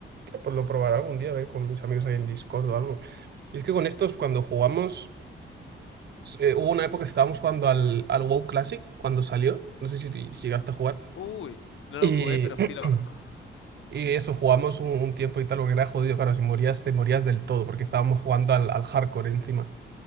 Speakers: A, on the right (about 55°); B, on the left (about 75°).
A: Pues lo probaré algún día, a ver con mis amigos ahí en Discord o algo. Y es que con estos, cuando jugamos, eh, hubo una época que estábamos jugando al, al WoW Classic cuando salió, no sé si, si llegaste a jugar,
B: Uy, no lo
A: y,
B: jugué, pero
A: <clears throat>
B: sí lo conozco.
A: y eso, jugamos un, un tiempo y tal, porque era jodido, claro, si morías, te morías del todo, porque estábamos jugando al, al hardcore encima.